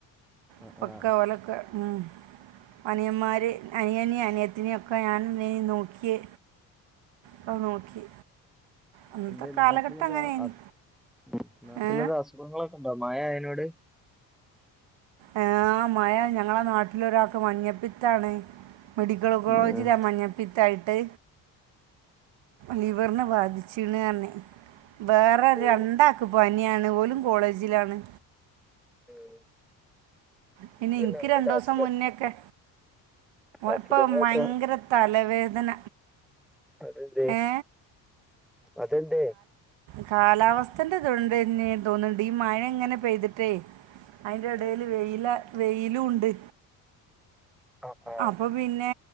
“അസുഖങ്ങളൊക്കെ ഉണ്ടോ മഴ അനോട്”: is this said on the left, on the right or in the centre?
Centre